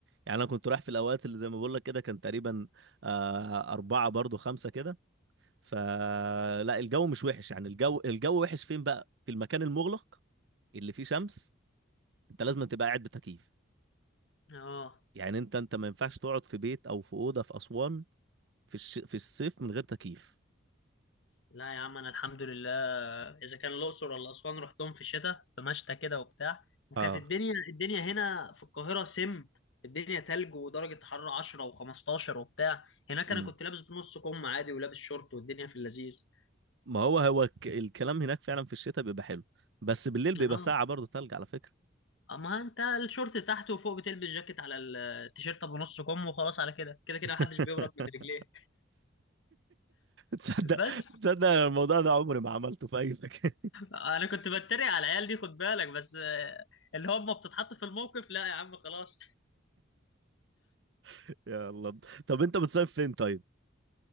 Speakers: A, on the right (about 65°); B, on the left (about 70°).
A: يعني انا كنت رايح في الاوقات اللي زي ما بقول لك كده كان تقريبا آه، أربعة برضو خمسة كده فلا الجو مش وحش يعني الجو الجو وحش فين بقى في المكان المغلق اللي فيه شمس انت لازم تبقى قاعد بتكييف
B: اه
A: يعني انت انت ما ينفعش تقعد في بيت او في اوضه في اسوان في الش... في الصيف من غير تكييف
B: لا يا عم انا الحمد لله اذا كان الاقصر ولا اسوان رحتهم في الشتاء في مشتى كده وبتاع وكانت
A: اه
B: الدنيا الدنيا هنا في القاهره سم الدنيا تلج ودرجه حراره 10 و15 وبتاع هناك
A: امم
B: انا كنت لابس بنص كم عادي ولابس شورت والدنيا في اللذيذ
A: ما هو هو الك... الكلام هناك فعلا في الشتاء بيبقى حلو بس بالليل بيبقى
B: اه
A: ساقعة برضه تلج على فكرة
B: اما انت الشورت تحت وفوق بتلبس جاكيت على التيشيرت ابو نص كم وخلاص على كده كده كده
A: <laughs>
B: محدش بيهرب من رجليه
A: تصدق
B: بس
A: تصدق أنا الموضوع ده عمري ما عملته في اي مكان
B: انا كنت بتريق على العيال دي خد بالك بس آه، اللي هم بتتحط في الموقف لا يا عم خلاص
A: <laughs> يا الله طب انت بتصيف فين طيب